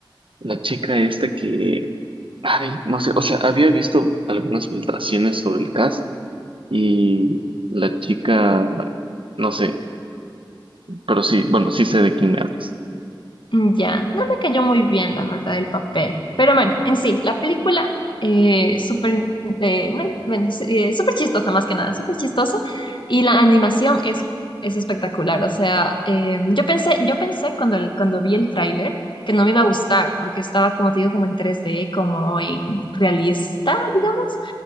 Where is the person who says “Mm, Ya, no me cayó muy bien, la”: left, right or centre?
Left